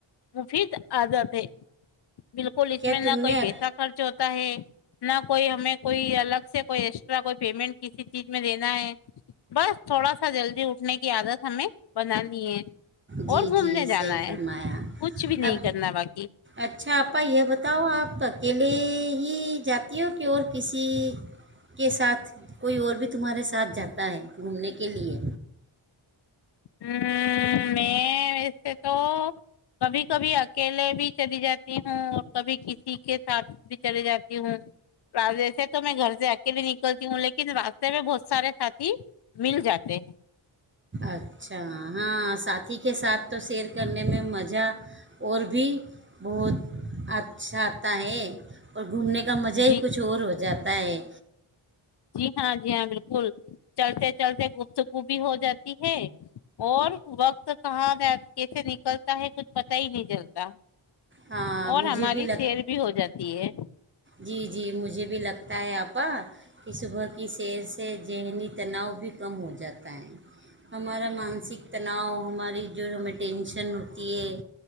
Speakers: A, on the left; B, on the right.
A: مفید آزاد ہے بالکل اس
B: کیا
A: میں نہ
B: تم
A: کوئی
B: نے
A: پیسہ خرچ ہوتا ہے <unintelligible> نہ کوئی ہمیں کوئی الگ سے کوئی ایکسٹرا کوئی پیمنٹ کسی چیز میں دینا ہے بس تھوڑا سا جلدی اٹھنے کی عادت ہمیں بنانی ہے
B: جی
A: اور گھومنے
B: جی
A: جانا
B: صحیح فرمایا
A: ہے کچھ بھی نہیں
B: اب
A: کرنا باقی
B: اچھا آا یہ بتاؤ آپ ا کےلیے ہی جاتی کہ اور کسی کے ساتھ کوئی اور بھی تمہارے ساتھ جاتا ہے گھومنے کے لیے
A: ہ میں ویسے تو کبھی کبھی اکیلے بھی چلی جاتی ہوں اور کبھی کسی کے ساتھ بھی چلی جاتی ہوں ویسے تو میں گھر سے اکیلے نکلتی ہوں لیکن راستے میں بہت سارے ساتھی مل جاتے ہیں
B: اچھا ہاں سات کے ساتھ تو سیر کرنے میں مزہ اور بھی بہت اچھا آتا ہے اور گھومنے کا مزہ
A: جی
B: ہی کچھ اور ہو جاتا ہے
A: جی ہاں جی ہاں بالکل چلتے چلتے گفتگو بھی ہو جاتی ہے اور وقت کہاں گ کیسے نکلتا ہے کچھ پتا ہی نہیں چلتا
B: ہاں
A: اور
B: مجھے
A: ہماری
B: بھی لگ
A: سیر بھی ہو جاتی ہے
B: جی جی مجھے بھی لگتا ہے آپا کہ صبح کی سیر سے ذہنی تناؤ بھی کم ہو جاتا ہے ہمارا مانسک تناؤ ہماری جو ہمیں ٹینشن ہوتی ہے